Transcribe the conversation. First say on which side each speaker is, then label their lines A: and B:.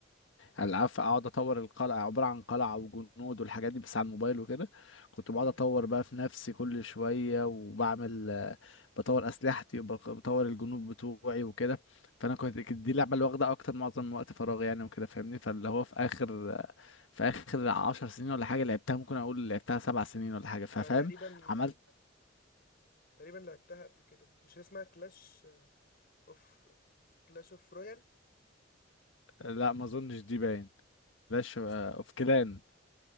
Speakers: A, on the left (about 85°); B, on the left (about 55°).
A: العاب اقعد اطور القلعه عباره عن قلعه وجنود والحاجات دي بس على الموبايل وكده كنت
B: امم
A: بقعد اطور بقى في نفسي كل شويه وبعمل آه، بطور اسلحتي وبطور الجنود بتوعي وكده فانا كنت كانت دي اللعبه اللي واخده اكتر معظم وقت فراغي يعني وكده فاهمني فاللي هو في اخر آه، في اخر عشر سنين ولا حاجه لعبتها ممكن اقول لعبتها سبع سنين ولا حاجه ففاهم
B: انا تقريبا
A: عملت
B: تقريبا لعبتها قبل كده مش هي اسمها كلاش اوف كلاش اوف رويال
A: لا ما اظنش دي باين كلاش اوف
B: اصلا
A: كلان